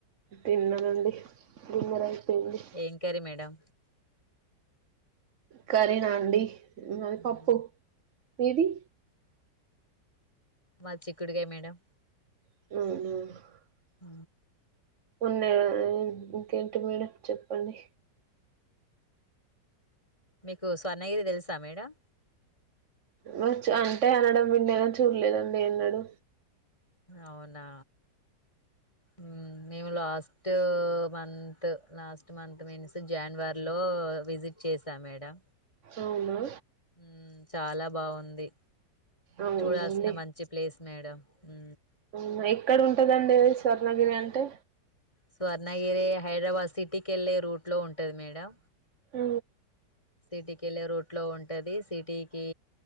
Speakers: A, on the right (about 55°); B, on the left (about 15°).
A: తిన్నానండి గుమ్మర అయిపోయింది.
B: ఏం కర్రీ మేడం
A: కరినాండి మాది
B: మ్మ్
A: పప్పు ఏది
B: మాది చిక్కుడికాయ మేడం
A: ఉహు
B: ఆ
A: ఉన్నాయి మెమ్ ఇంకేంటి మేడం చెప్పండి.
B: మీకు స్వర్ణగిరి తెలుసా మేడం
A: మ చా అంటే అనడం విన్నా చూడలేదండి ఎన్నడు
B: అవునా ఊ మేము last two month last month means జనవరి లో విజిట్ చేసా మేడం.
A: అవునా
B: ఊ చాలా బావుంది.
A: అవునండి
B: చూడాల్సిన మంచి ప్లేస్ మేడం ఊ
A: ఊ ఎక్కడ ఉంటదండి అది స్వర్ణగిరి అంటే
B: స్వర్ణగిరి హైదరాబాద్ సిటీకి వెళ్లే రూట్ లో ఉంటది మేడం.
A: ఊ
B: సిటీకెళ్లే రూట్ లో ఉం ఉంటది సిటీకి